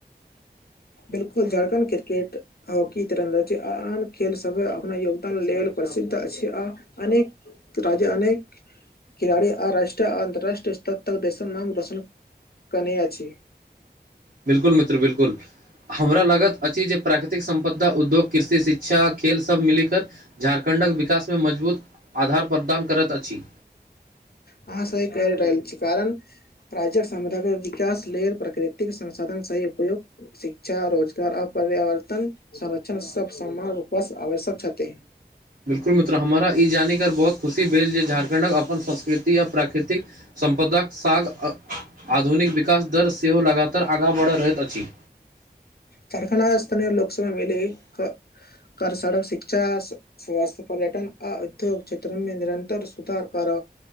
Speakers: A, on the left; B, on the right.
A: बिल्कुल झारखंड क्रिकेट हॉकी तरन्दा आन खेल सब अपना योगदान लेल प्रसिद्ध अछि अनेक राजा अनेक खिलाड़ी आ राष्ट्रीय अन्तर्राष्ट्रीय स्तर तक देसक नाम रोशन कनी अछि
B: बिल्कुल मित्र बिल्कुल हमरा लागत अछि जे प्राकृतिक सं्पदा उद्योग कृषि शिक्षा खेल सभ मिलिक झारखण्डक विक विकास मे मजबूत आधार प्रदान करैत अछि
A: अहाँ सही कहि रहल छी कारण प्रेकट सम विकास लेल प्रकृतिक संसाधन सही उपयोग शिक्षा रोजगार ओर पर्यावर्तन संरक्षण सब समान रूपसँ आवश्यक सब छथि
B: बिलकुल मित्र हमरा ई जानिक बहुत खुशी भेल जे झारखण्डक अपन संस्कृति आ प्राकृतिक सम्पदाक साग आधुनिक विकास दर सेहो लगातार आगाँ बढ़ रहैत अछि
A: कारखाना स्थानय लोकसभा मिली कर सड़क शिक्षा स्वास्थ्य पर्यटन आ उद्योग क्षेत्रमे निरन्तर सुधार कर